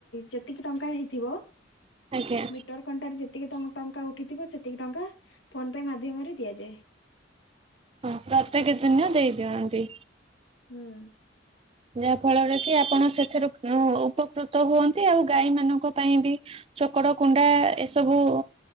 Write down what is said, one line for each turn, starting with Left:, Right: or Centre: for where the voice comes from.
Left: ଯେତିକି ଟଙ୍କା ହେଇଥିବ
Right: ଆଜ୍ଞା
Left: ମିଟର କଣ୍ଟାରେ ଯେତିକି ଟକା ଟଙ୍କା ଉଠିଥିବ ସେତିକି ଟଙ୍କା ଫୋନ ପେ ମାଧ୍ୟମରେ ଦିଆଯାଏ।
Right: ହଁ ପ୍ରତ୍ୟେକ ଦିନ ଦେଇ ଦିଅନ୍ତି।
Left: ହୁଁ।
Right: ଯାହା ଫଳରେ କି ଆପଣ ସେଥିରୁ ଉପକୃତ ହୁଅନ୍ତି ଆଉ ଗାଈ ମାନଙ୍କ ପାଇଁ ବି ଚୋକଡ କୁଣ୍ଡା ଏସବୁ